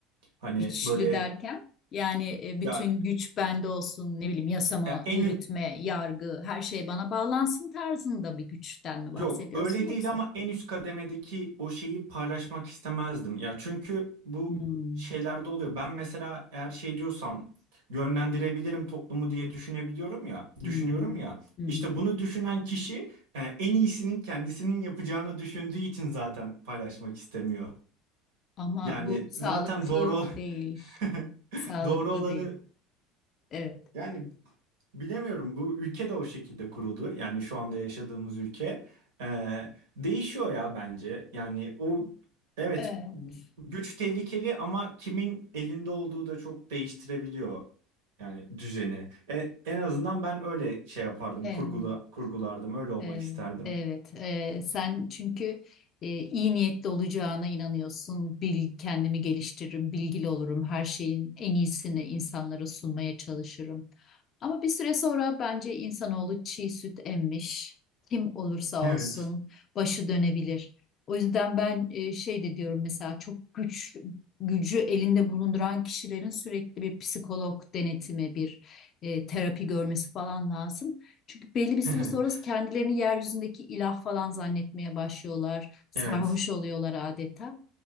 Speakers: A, on the right (about 80°); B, on the left (about 45°).
A: Hani
B: Güçlü
A: böyle
B: derken yani e,
A: ya,
B: bütün güç bende olsun ne bileyim yasama,
A: ya en
B: yürütme, yargı her şey bana bağlansın tarzında bir güçten mi bahsediyorsun
A: Yok öyle
B: yoksa?
A: değil ama en üst kademedeki o şeyi paylaşmak istemezdim. Ya çünkü bu
B: Hmm,
A: şeylerde oluyor. Ben mesela eğer şey diyorsam yönlendirebilirim toplumu diye düşünebiliyorum ya, düşünüyorum
B: Hı hı.
A: ya.
B: Hı
A: İşte
B: hı.
A: bunu düşünen kişi e, en iyisinin kendisinin yapacağını düşündüğü için zaten paylaşmak istemiyor.
B: Ama
A: Yani
B: bu sağlıklı
A: zaten doğru
B: değil.
A: <laughs>
B: Sağlıklı
A: doğru olanı
B: değil. Evet.
A: yani Bilemiyorum bu ülke de o şekilde kuruldu. Yani şu anda yaşadığımız ülke Ee, değişiyor ya bence. Yani o evet
B: Evet.
A: güç tehlikeli ama kimin elinde olduğu da çok değiştirebiliyor yani düzeni. E, en azından ben öyle şey yapardım,
B: Evet.
A: kurgula, kurgulardım, öyle olmak
B: Evet.
A: isterdim.
B: evet. Ee, sen çünkü e, iyi niyetli olacağına inanıyorsun. Bil, kendimi geliştiririm, bilgili olurum. Her şeyin en iyisini insanlara sunmaya çalışırım. Ama bir süre sonra bence insanoğlu çiğ süt emmiş. Kim olursa
A: Evet.
B: olsun başı dönebilir. O yüzden ben e, şey de diyorum mesela çok güç gücü elinde bulunduran kişilerin sürekli bir psikolog denetimi, bir e, terapi görmesi falan lazım. Çünkü belli bir süre
A: <laughs>
B: sonra kendilerini yeryüzündeki ilah falan zannetmeye başlıyorlar. Sarhoş
A: Evet.
B: oluyorlar adeta.